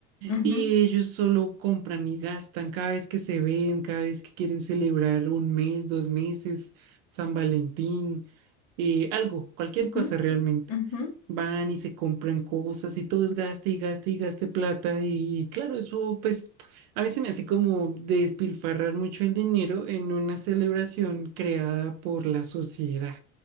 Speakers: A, on the left (about 55°); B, on the right (about 75°).
A: ujú.
B: Y ellos solo compran y gastan cada vez que se ven, cada vez que quieren celebrar un mes, dos meses, San Valentín, eh, algo, cualquier
A: Ujú,
B: cosa realmente.
A: ujú.
B: Van y se compran cosas y todo es gaste y gaste y gaste plata. Y, y claro, eso pues a veces me hace como despilfarrar mucho el dinero en una celebración creada por la sociedad.